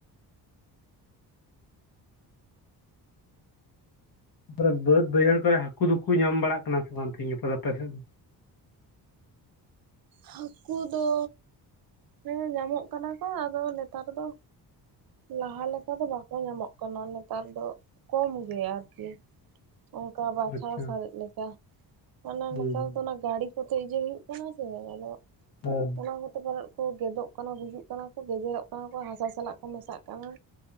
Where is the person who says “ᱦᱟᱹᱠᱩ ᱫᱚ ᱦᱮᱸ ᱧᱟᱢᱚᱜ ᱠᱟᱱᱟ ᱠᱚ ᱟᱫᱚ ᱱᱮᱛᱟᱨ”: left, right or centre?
Right